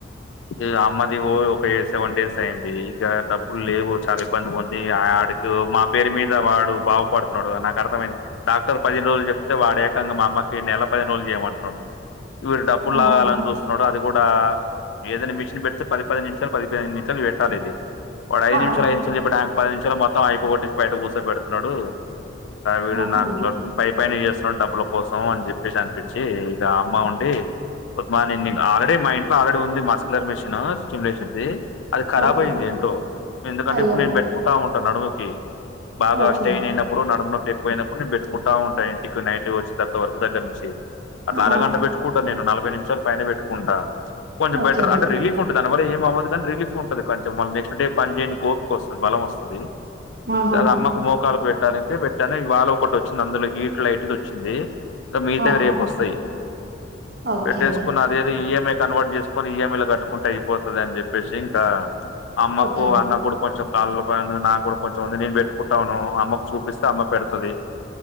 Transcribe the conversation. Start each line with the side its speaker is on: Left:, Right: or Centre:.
Left: ఈ అమ్మది ఓ ఒక సెవెన్ డేస్ అయియంది ఇక డబ్బులు లేవు చాలా ఇబ్బంది ఉంది ఆడకు మా పేరు మీద వాడు బాగుపడుతున్నాడు నాకు అర్థమైంది డాక్టర్ పది రోజులు చెప్తే వాడు ఏకంగా మా అమ్మకి నెల పదిహేను రోజులు చేయమంటున్నాడు వీరు డబ్బులు
Right: ఆహా
Left: లాగాలని చూస్తున్నాడు అది కూడా ఏదైనా మిషిన్ పెడితే పది పది నిమిషాలు పది పదిహేను నిమిషాలు పెట్టాల ఇది వాడు ఐదు
Right: ఆ
Left: నిమిషాలు ఐదు నిమిషాలు చెప్పడానికి పది నిమిషాలు మొత్తం అయిపోగొట్టేసి బయట కూర్చోబెడుతున్నాడు వీడు
Right: ఆహా
Left: నాకు పై పైన చేస్తున్నాడు డబ్బుల కోసం అని చెప్పేసి అనిపించి ఇగా అమ్మ ఉండి గుడ్ మార్నింగ్ ఆల్రెడీ మా ఇంట్లో ఆల్రెడీ ఉంది మస్కులర్ మిషన్ స్టిలేషన్ది అది ఖరాబ్
Right: ఓకే
Left: అయింది ఏంటో ఎందుకంటే
Right: అయ్యో
Left: ఇప్పుడు నేను పెట్టుకుంటా ఉంటాను నడుముకి బాగా
Right: ఓకే
Left: స్టయిన్ అయినప్పుడు నడుమునొప్పి ఎక్కువైనప్పుడు నేను పెట్టుకుంటాను. ఆ ఉంటాయండి ఇక్కడ నైట్ వచ్చిన తర్వాత వరకు దగ్గర నుంచి అట్లా
Right: ఆ
Left: అరగంట పెట్టుకుంటాను. నేను నాలుగు మీరు ఇద్దరు పైన పెట్టుకుంటా కొంచె
Right: ఓకే
Left: బెటర్ అంటే రిలీఫ్ ఉంటది. దానివల్ల ఏమి అవ్వదు కాని రిలీఫ్ ఉంటది. కొంచెం మళ్ళ నెక్స్ట్ డే పని చేయనికి ఓపిక వస్తది. బలం వస్తది
Right: ఆహా
Left: అది అమ్మకు మోకాలు పెట్ పెట్టకే పెట్టనే వాళ్ళ ఒకటి వచ్చింది అందులో హీట్ లైట్ది వచ్చింది. మిగతావి
Right: ఆహా
Left: రేపు వస్తాయి
Right: ఓకే
Left: పెట్టేసుకుని అదేదో ఈఎం మేం కన్వర్ట్ చేసుకొని ఈఎంఐలు కట్టుకుంటే అయిపోతది అని చెప్పేసి ఇంకా అమ్మకు
Right: ఓకే
Left: అన్న కూడా కొంచెం కాళ్ళల్లో బ నాకు కూడా కొంచెం ఉంది నేనుట్ పెట్టుకుంటాను అమ్మకు చూపిస్తే అమ్మ పెడతది,